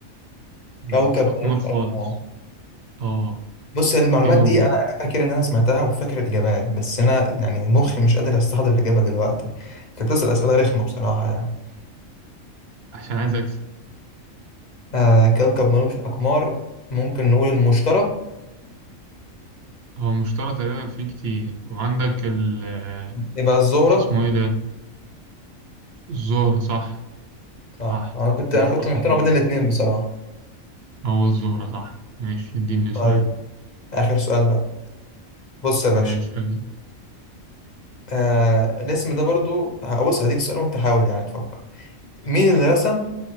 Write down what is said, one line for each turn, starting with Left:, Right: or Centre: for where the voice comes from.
Right: ما
Left: كوكب
Right: فيهوش اقمار
Left: ملوش
Right: خالص
Left: اقمار
Right: اه
Left: بص المعلومات
Right: ايه هو
Left: دي انا انا فاكر ان انا سمعتها وفاكر الاجابات بس انا يعني مخي مش قادر استحضر الاجابه دلوقتي انت بتسال اسئله رخمه بصراحه يعني
Right: عشان عايز اكسب
Left: آه كوكب ملوش اقمار ممكن نقول المشتري
Right: هو مشترى تقريبا فيه كتير وعندك ال آه،
Left: يبقى الزهرة
Right: اسمه ايه ده الزهر صح
Left: اه
Right: صح
Left: انا كنت
Right: ملوش
Left: انا كنت
Right: اقمار
Left: محتار ما بين الاتنين بصراحة
Right: هو الزهرة صح ماشي اديني
Left: طيب
Right: سؤال
Left: اخر سؤال بقى بص يا
Right: ماشي
Left: باشا
Right: قال لي
Left: آه الاسم ده برضو هبص هديك سؤال وانت حاول يعني تفكر مين اللي رسم